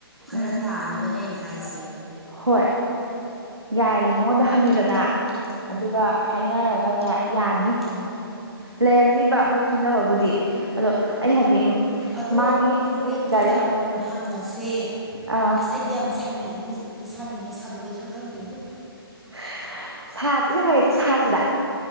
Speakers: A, in the centre; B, on the right.
A: ꯈꯔ
B: ꯎꯝ
A: ꯇꯥꯅꯕꯅꯦ ꯑꯩꯅ ꯍꯥꯏꯖꯦ
B: ꯍꯣꯏ ꯌꯥꯏꯌꯦ ꯃꯉꯣꯟꯗ ꯍꯪꯉꯦꯗꯅ
A: ꯎꯝ
B: ꯑꯗꯨꯒ ꯍꯥꯏꯅꯔꯒꯅꯦ ꯌꯥꯅꯤ
A: ꯎꯝ
B: ꯂꯩꯔꯝꯅꯤꯕ ꯃꯣꯏ ꯈꯪꯅꯕꯕꯨꯗꯤ ꯑꯗꯣ ꯑꯩꯅ ꯍꯥꯏꯗꯤ
A: ꯑꯗꯣ
B: ꯃꯥꯒꯤ
A: ꯍꯣꯔꯦꯟ ꯅꯨꯡꯗꯥꯡꯋꯥꯏꯔꯝ
B: ꯗꯥꯏꯔꯦꯛ
A: ꯍꯪꯉꯁꯦ
B: ꯑ
A: ꯑꯁ ꯑꯩꯗꯤ ꯌꯥꯝ ꯁꯥꯅꯤꯡꯉꯦꯕ ꯍꯧꯖꯤꯛ ꯑꯝꯇ ꯁꯥꯅꯤꯡꯉꯦ ꯁꯥꯗꯣꯛꯎꯁꯤꯔ ꯈꯪꯗꯦꯕꯣ
B: <unintelligible> ꯐꯩꯌꯦ ꯁꯥꯁꯤꯔ